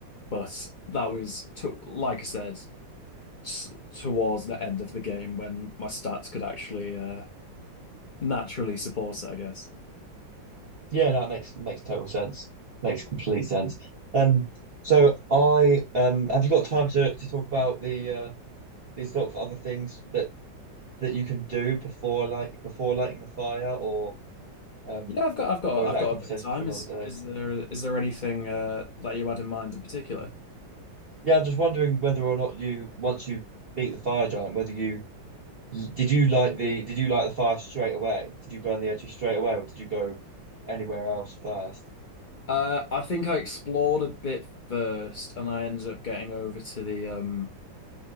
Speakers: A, on the left; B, on the right.
A: but that was to, like I said, s towards the end of the game when my stats could actually uh naturally support it, I guess.
B: Yeah, that makes makes total sense. Makes complete sense. Um, so I um, have you got time to to talk about the uh these sort of other things that that you can do before like before lighting the fire or Um,
A: Yeah, I've got, I've got,
B: or is
A: I've
B: that
A: got
B: a conversation
A: a bit of time.
B: for another
A: Is
B: day?
A: is there is there anything uh that you had in mind in particular?
B: Yeah, I'm just wondering whether or not you, once you beat the fire giant, whether you did you like the did you like the fire straight away? Did you burn the energy straight away, or did you go anywhere else first?
A: Uh, I think I explored a bit first, and I ended up getting over to the um